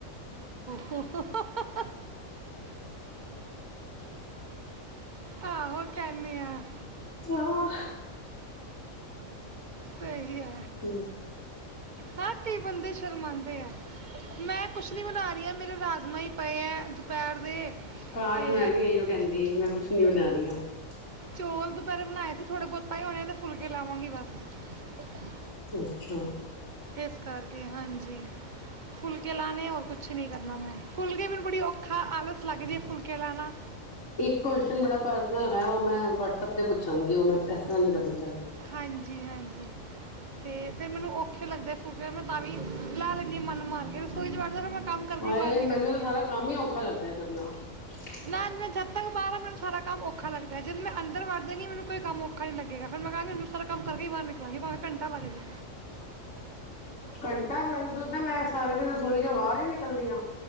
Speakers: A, on the right (about 40°); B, on the left (about 65°).
A: <inaudible> ਹਹਹਹਹਹਹ, ਆਹੋ, ਕਹਿਨੇ ਆ।
B: ਹਾਂ
A: ਸਹੀ ਹੈ ।
B: ਹਮ
A: ਹਾਂ, ਕਈ ਬੰਦੇ ਸ਼ਰਮਾਂਦੇ ਆ। ਮੈਂ ਕੁਛ ਨੀ ਬਣਾ ਰਹੀ ਆ, ਮੇਰੇ ਰਾਜਮਾਂ ਹੀ ਪਏ ਹੈ ਦੁਪਹਿਰ ਦੇ।
B: ਕਾਸ਼,
A: ਤੇ
B: ਮੈਂ ਵੀ ਇਹੀ ਓ ਕਹਿੰਦੀ ਮੈਂ ਕੁਝ ਨਹੀਂ ਬਣਾਇਆ। ਨਿਯਾ <unintelligible>
A: ਚੌਲ ਦੁਪਹਿਰੇ ਬਣਾਏ ਸੀ, ਥੋੜ੍ਹੇ ਬਹੁਤ ਪਏ ਹੋਣੇ ਨੇ, ਫੁਲਕੇ ਲਾਵਾਂਗੀ ਬਸ ।
B: ਅੱਛਾ।
A: ਇਸ ਕਰਕੇ, ਹਾਂਜੀ, ਫੁਲ ਕੇ ਲਾਉਣੇ, ਹੋਰ ਕੁਛ ਨਹੀਂ ਕਰਨਾ ਮੈਂ। ਫੁਲਕੇ ਵੀ ਬੜੀ ਔਖਾ, ਆਲਸ ਲੱਗਦੀ ਫੁਲਕੇ ਲਾਣਾ।
B: ਇਕ ਕੋਸ਼ਨ ਬੜਾ ਪਰਸਨਲ ਹੈਗਾ, ਉਹ ਮੈਂ ਵਟਸਐਪ ਤੇ ਪੁੱਛਾਂਗੀ, ਉਹ ਮੈਂ ਇਸ ਤਰਾਂ ਨਹੀਂ ਕਰਨੀ ਗੱਲ।
A: ਹਾਂਜੀ- ਹਾਂਜੀ, ਤੇ ਫਿਰ ਮੈਨੂੰ ਔਖੇ ਲੱਗਦੇ ਫੂਲਕੇ, ਮੈਂ ਤਾਂ ਵੀ ਲਾ ਲੈਂਨੀ ਹਾਂ, ਮਨ ਮਾਰ ਕੇ ਰਸੋਈ ਚ ਵੜਜਾ ਫਿਰ ਮੈਂ ਕੰਮ ਕਰਕੇ
B: ਹਾਏ,
A: ਬਾਹਰ ਨਿਕਲਦੀ
B: ਮੈਨੂੰ ਤਾਂ ਸਾਰਾ
A: ਹਾਂ
B: ਕੰਮ ਹੀ ਔਖਾ ਲੱਗਦਾ ਕਰਨਾ ।
A: ਨਾ ਮੈਂ ਜਦ ਮੈਨੂੰ ਸਾਰਾ ਦਿਨ ਸਾਰਾ ਕੰਮ ਔਖਾ ਲੱਗਦਾ, ਜਦ ਮੈਂ ਅੰਦਰ ਵੜ ਜਾਗੀ, ਮੈਨੂੰ ਕੋਈ ਕੰਮ ਔਖਾ ਨਹੀਂ ਲੱਗੇਗਾ ਫਿਰ। ਮੈ ਸਾਰਾ ਕੰਮ ਕਰਕੇ ਹੀ ਬਾਹਰ ਨਿਕਲਾਂਗੀ, ਭਾਵੇਂ ਘੰਟਾ ਲਗਜੇ।
B: ਕੰ ਪਰ ਮੈਨੂੰ ਤਾਂ ਲੱਗਦਾ ਹੈ, ਮੈਂ ਸਾਰਾ ਦਿਨ ਰਸੋਈ ਚੋਂ ਬਾਹਰ ਹੀ ਨਹੀਂ ਨਿਕਲਦੀ ਆ।